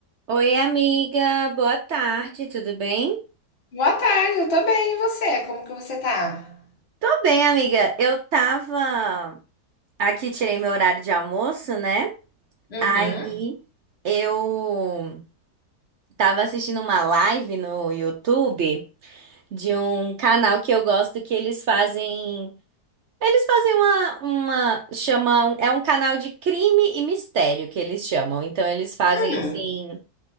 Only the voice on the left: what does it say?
Boa tarde, eu tô bem, e você? Como que você tá?
Uhum.
Hum.